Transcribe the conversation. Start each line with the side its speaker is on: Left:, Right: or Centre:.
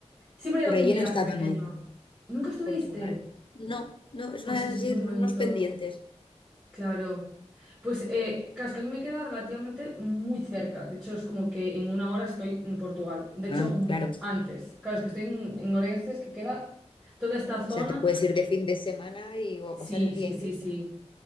Centre: Siempre
Left: Por
Centre: hay algún
Left: allí
Centre: viaje
Left: no he estado
Centre: pequeño.
Left: nunca,
Centre: ¿Nunca estuviste?
Left: Portugal. No, no, es
Centre: Pues
Left: una,
Centre: es muy
Left: sí,
Centre: bonito.
Left: unos pendientes.
Centre: Claro. Pues eh, claro, es que a mí me queda relativamente muy cerca. De hecho, es como que en una hora estoy en Portugal. De
Left: Ah,
Centre: hecho, mm,
Left: claro. O
Centre: antes. Claro, es que estoy en, en Orense, es que queda toda esta zona.
Left: sea, te puedes ir de fin de semana y, o a
Centre: Sí,
Left: pasar el
Centre: sí,
Left: día incluso.
Centre: sí, sí.